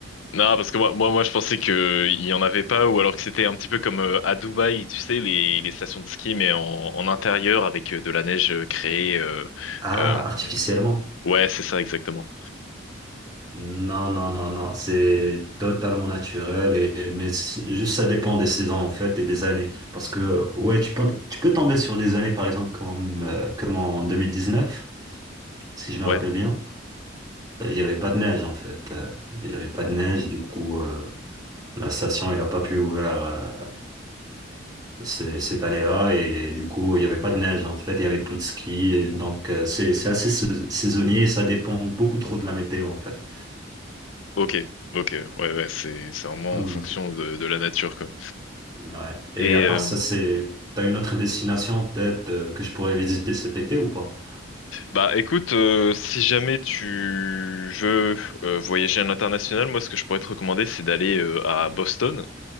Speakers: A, on the left; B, on the right.
A: Non, parce que moi, moi, moi, je pensais que il y en avait pas, ou alors que c'était un petit peu comme euh, à Dubaï, tu sais, les, les stations de ski, mais en, en intérieur avec euh, de la neige euh, créée. euh,
B: Ah,
A: euh,
B: artificiellement?
A: Ouais, c'est ça, exactement.
B: Non, non, non, non. C'est totalement naturel et, mais c'est- juste ça dépend des saisons en fait et des années. Parce que ouais, tu peux, tu peux tomber sur des années par exemple comme, euh, comme en 2019, si je me
A: Ouais,
B: rappelle bien. Il n'y avait pas de neige en fait. Euh, Il n'y avait pas de neige, du coup, euh, la station elle n'a pas pu ouvrir euh, c- cette année-là et du coup, il n'y avait pas de neige en fait. Il y avait plus de ski, et donc euh, c'est c'est assez sais- saisonnier. Ça dépend beaucoup trop de la météo en fait.
A: ok, ok, ouais, ouais, c'est c'est vraiment
B: Hmm.
A: en fonction de, de la nature, quoi.
B: Ouais. Et
A: Et
B: à part
A: euh,
B: ça, c'est t'as une autre destination peut-être euh, que je pourrais visiter cet été ou pas?
A: bah écoute, euh, si jamais tu veux euh, voyager à l'international, moi ce que je pourrais te recommander, c'est d'aller euh, à Boston.